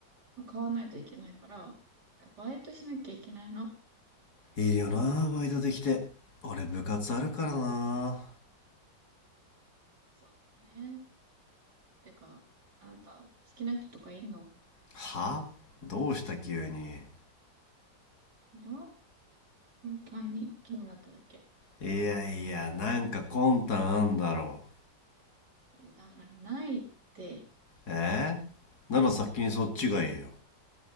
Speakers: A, on the right; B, on the left.
A: 買わないといけないから、バイトしなきゃいけないの。
B: いいよなバイトできて俺部活あるからな
A: そうね。てか、あんた、好きな人とかいんの
B: はどうした急に
A: いや、単に気になっただけ。
B: いやいやなんか魂胆あんだろ
A: いや、だからないって。
B: えー、なら先にそっちが言えよ